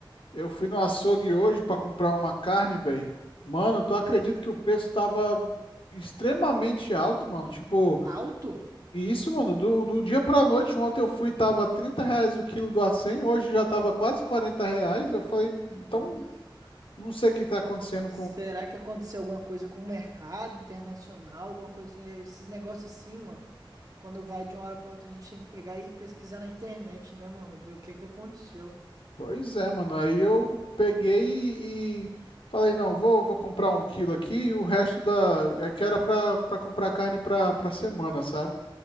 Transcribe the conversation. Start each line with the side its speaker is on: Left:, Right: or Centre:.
Left: eu fui no açougue hoje pra comprar uma carne, velho. Mano, tu acredita que o preço tava extremamente alto, mano? Tipo,
Right: Alto?
Left: e isso, mano, do, do dia pra noite. Ontem eu fui, tava 30 reais o quilo do acém, hoje já tava quase 40 reais. Eu falei,
Right: Hum,
Left: então,
Right: Nossa.
Left: não sei o que tá acontecendo
Right: Será que aconteceu alguma coisa com o mercado internacional, alguma coisa assim? É, Esses negócios assim, mano, quando vai de uma hora pra outra, a gente tem que pegar e pesquisar na internet, né, mano? Ver o que que aconteceu.
Left: Pois é, mano. Aí eu peguei e, e falei, não, vou, vou comprar um quilo aqui e o resto da. É que era pra, pra comprar carne pra, pra semana, sabe?